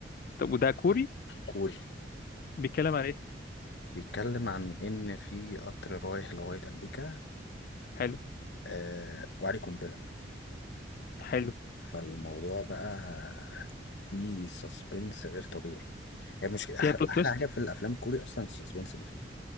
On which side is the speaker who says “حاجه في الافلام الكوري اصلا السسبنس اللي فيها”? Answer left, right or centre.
Left